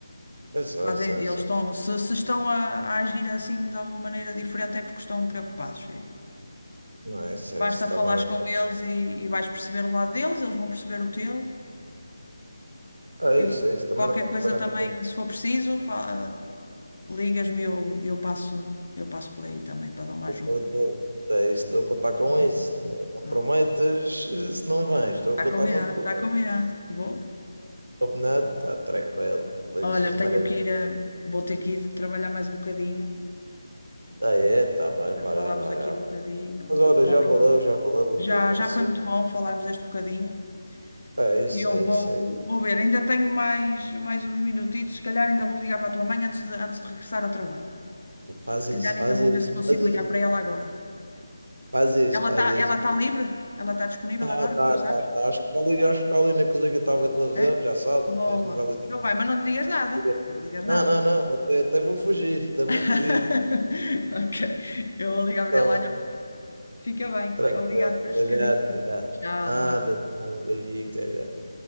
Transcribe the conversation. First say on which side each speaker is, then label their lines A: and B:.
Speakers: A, on the right; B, on the left.
A: É só,
B: fazem,
A: é só,
B: eles
A: é só.
B: estão, se, se estão a, a agir assim de alguma maneira diferente é porque estão preocupados. E-
A: Não, é isso,
B: Basta
A: é isso também.
B: falares com eles e, e vais perceber o lado deles, eles vão perceber o teu.
A: É isso,
B: E
A: é isso. Também
B: qualquer
A: não vale
B: coisa
A: a pena
B: também,
A: estar
B: se for preciso, fa- ligas-me eu, eu passo, eu passo por aí também para dar uma ajuda.
A: eu estou é isso, estou a contar com
B: Tá bem?
A: isso. Não, não
B: Não.
A: prometas eh, se não vens. Estou
B: Está
A: a contar
B: combinado,
A: mesmo com
B: está
A: isso.
B: combinado. Vou.
A: Combinado? Está tranquilo.
B: Olha,
A: Ixi,
B: tenho
A: maravilha.
B: que ir, eh, vou ter que ir trabalhar mais um bocadinho.
A: Ah, é, tá bem, vai
B: Já falámos
A: lá, vai
B: aqui
A: lá.
B: um bocadinho.
A: Mas olha,
B: Obri-
A: já valeu, já valeu o
B: Já,
A: que ia conversar.
B: já foi muito bom falarmos este bocadinho.
A: É isso,
B: E Eu
A: é
B: vou,
A: isso, é isso.
B: vou ver, ainda tenho mais, mais uns minutitos, se calhar ainda vou ligar para a tua mãe antes de, antes de regressar ao trabalho.
A: Faz
B: Se
A: isso,
B: calhar ainda
A: faz
B: vou
A: isso,
B: ver se consigo
A: faz isso,
B: ligar para ela agora.
A: faz isso,
B: Ela
A: faz
B: está,
A: isso.
B: ela tá livre? Ela está disponível
A: Tá,
B: agora?
A: tá,
B: Não sabes?
A: tá, tá. Acho que está ali, acho que tá ali na cozinha, estava a ver televisão,
B: É?
A: já sabe,
B: Boa.
A: as novelas da
B: Então vai, mas não lhe digas nada.
A: TV.
B: Não lhe digas nada.
A: Não, não, não, até, até vou fugir, até vou
B: <laughs>
A: fugir.
B: Ok. Eu vou ligar para
A: Então,
B: ela. Olha, fica bem.
A: tranquilo,
B: Obrigado pelas
A: até
B: bocadinhas.
A: já, até já.
B: Tchau,
A: Nada,
B: até já.
A: nada, beijinho, até já.